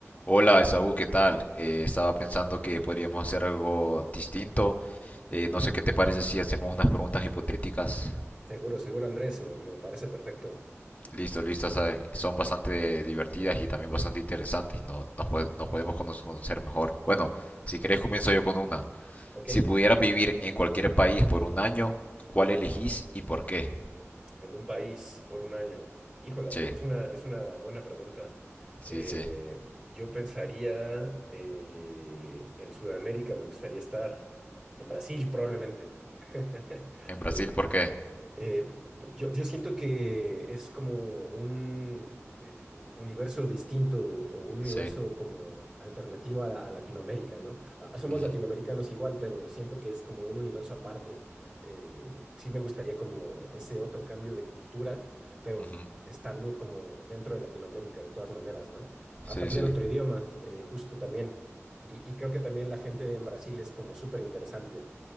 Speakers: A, on the left; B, on the right.
A: Hola, Esaú, ¿qué tal? Eh, estaba pensando que podríamos hacer algo distinto. Eh, no sé qué te parece si hacemos unas preguntas hipotéticas.
B: Seguro, seguro, Andrés, me, me parece perfecto.
A: Listo, listo. o sea, son bastante divertidas y también bastante interesantes. No, nos, po- nos podemos cono- conocer mejor. Bueno, si querés comienzo yo con una.
B: Ok,
A: Si pudieras vivir en cualquier país por un año, ¿cuál elegís y por qué?
B: en un país por un año. Híjola,
A: Sí,
B: que es una, es una buena pregunta.
A: sí,
B: Eh,
A: sí.
B: yo pensaría eh, en Sudamérica, me gustaría estar. En Brasil, probablemente. <laughs>
A: ¿En Brasil
B: Eh,
A: por qué?
B: Eh, yo, yo siento que es como un eh, universo distinto o un universo
A: Sí.
B: como alternativo a, la- a Latinoamérica, ¿no? Ah, Somos
A: Ujú,
B: latinoamericanos igual, pero siento que es como un universo aparte. Eh, sí me gustaría como ese otro cambio de cultura, pero
A: ujú.
B: f- estando como dentro de Latinoamérica de todas maneras, ¿no? Aprender
A: Sí, sí.
B: otro idioma, eh, justo también. Y, y creo que también la gente en Brasil es como súper interesante.